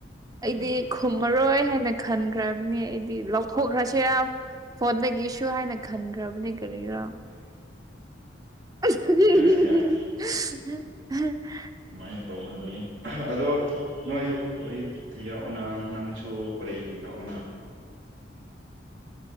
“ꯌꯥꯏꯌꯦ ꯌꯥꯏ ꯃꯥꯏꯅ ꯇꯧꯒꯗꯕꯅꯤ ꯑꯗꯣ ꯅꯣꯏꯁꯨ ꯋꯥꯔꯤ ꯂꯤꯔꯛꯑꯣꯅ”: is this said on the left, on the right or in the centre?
Right